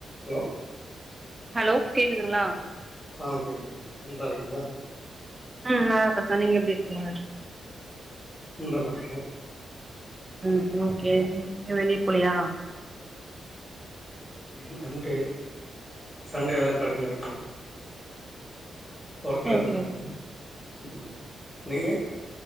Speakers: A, in the centre; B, on the right.
A: hello
B: hello கேக்குதுங்ளா
A: ஆ கேக்குது நீங்க நல்லாருக்கீங்ளா
B: உம் நல்லார்க்க சார் நீங்க எப்டி இருக்கிங்க
A: ம் நல்லார்க்கோ
B: உம் ஓகே நீங்க வெளிய போலியா
A: ம் சண்டே சண்டேதா கடைல இருப்ப ஒர்க்கல
B: ஓகே
A: இர்க்கோ ம் நீங்க